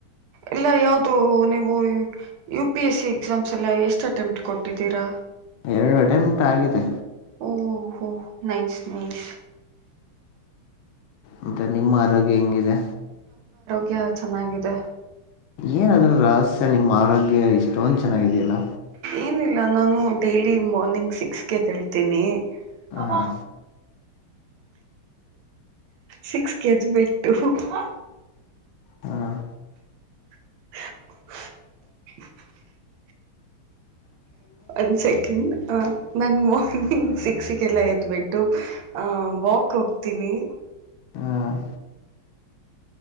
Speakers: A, on the right (about 80°); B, on the left (about 75°).
A: ಎಲ್ಲ ಯಾವ್ದು ನೀವು U P S C exams ಎಲ್ಲಾ ಎಷ್ಟ್ ಅಟೆಂಪ್ಟ್ ಕೊಟ್ಟಿದ್ದೀರಾ
B: ಎರಡು ಅಟೆಮ್ಟು ಆಗಿದೆ
A: ಓ ಹೋ ನೈಸ್ ನೈಸ್
B: ಮತ್ತೆ ನಿಮ್ಮ ಆರೋಗ್ಯ ಹೆಂಗಿದೆ
A: ಗ್ಯಾ ಚೆನ್ನಾಗಿದೆ
B: ಏನ್ ಅದು ರಹಸ್ಯ ನಿಮ್ಮ ಆರೋಗ್ಯ ಇಷ್ಟೊಂದು ಚೆನ್ನಾಗಿದಿಯಲ್ಲ
A: ಏನಿಲ್ಲ ನಾನು ಡೈಲಿ ಮಾರ್ನಿಂಗ್ ಸಿಕ್ಸ್ಗೆ ಎದೆಳ್ತೀನಿ
B: ಹಾಂ
A: ಅಬ್ಬಾ ಸಿಕ್ಸ್ ಕೆಜ್ ಬಿಟ್ಟು ಹಾ
B: ಹಾಂ
A: ಅನಿಂಟೆಲಿಜಬಲ್ <inaudible>
B: ಹ್ಮ <inaudible>
A: ಒಂದ್ ಸೆಕೆಂಡ್ ಅ ನನ್ ಮಾರ್ನಿಂಗ್ ಸಿಕ್ಸ್ಗೆಲ್ಲ ಎದ್ಬಿಟ್ಟು ಆ ವಾಕ್ ವಾಕ್ ಹೋಗ್ತೀನಿ
B: ಹಾಂ